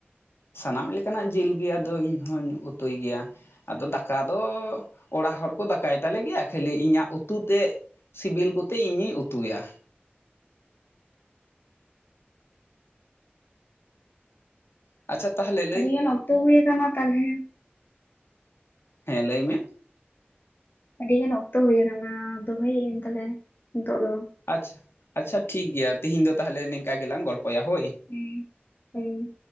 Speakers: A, on the left (about 75°); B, on the left (about 55°).
A: ᱥᱟᱱᱟᱢ ᱞᱮᱠᱟᱱᱟᱜ ᱡᱤᱞ ᱜᱮ ᱟᱫᱚ ᱤᱧᱦᱚᱧ ᱩᱛᱩᱭ ᱜᱮᱭᱟ᱾ ᱟᱫᱚ ᱫᱟᱠᱟ ᱫᱚ ᱚᱲᱟᱜ ᱦᱚᱲ ᱠᱚ ᱫᱟᱠᱟᱭ ᱛᱟᱞᱮᱜ ᱜᱮᱭᱟ ᱠᱷᱟᱹᱞᱤ ᱤᱧᱟᱹᱜ ᱩᱛᱩ ᱛᱮᱜ ᱥᱤᱵᱤᱞ ᱠᱚᱛᱮ ᱤᱧᱤᱧ ᱩᱛᱩᱭᱟ᱾ ᱟᱪᱪᱷᱟ ᱛᱟᱦᱞᱮ
B: ᱟᱹᱰᱤᱜᱟᱱ ᱚᱠᱛᱚ ᱦᱩᱭ ᱟᱠᱟᱱᱟ ᱛᱟᱦᱚᱞᱮ
A: ᱦᱮᱸ ᱞᱟᱹᱭ ᱢᱮ᱾
B: ᱟᱹᱰᱤ ᱜᱟᱱ ᱚᱠᱛᱚ ᱦᱩᱭ ᱟᱠᱟᱱᱟ ᱫᱚᱦᱚᱭᱟᱹᱧ ᱛᱟᱦᱞᱮ ᱱᱤᱛᱚᱜ ᱫᱚ᱾
A: ᱟᱪᱪᱷᱟ ᱟᱪᱪᱷᱟ ᱴᱷᱤᱠ ᱜᱮᱭᱟ ᱛᱤᱦᱤᱧ ᱫᱚ ᱛᱟᱦᱚᱞᱮ ᱱᱮᱝᱠᱟ ᱜᱮᱞᱟᱝ ᱜᱚᱞᱯᱚᱭᱟ ᱦᱳᱭ᱾
B: ᱦᱮᱸ ᱦᱳᱭ᱾